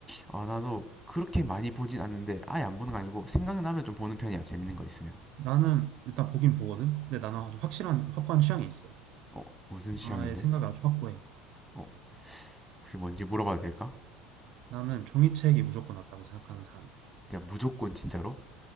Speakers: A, in the centre; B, on the right.
A: 아, 나도 그렇게 많이 보진 않는데 아예 안 보는 거 아니고 생각나면 좀 보는 편이야. 재밌는 거 있으면.
B: 나는 일단 보긴 보거든. 근데 나는 아주 확실한, 확고한 취향이 있어.
A: 어, 무슨 취향인데?
B: 나의 생각이 아주 확고해.
A: 어, 혹시 뭔지 물어봐도 될까?
B: 나는 종이책이 무조건 낫다고 생각하는 사람이야.
A: 야, 무조건 진짜로?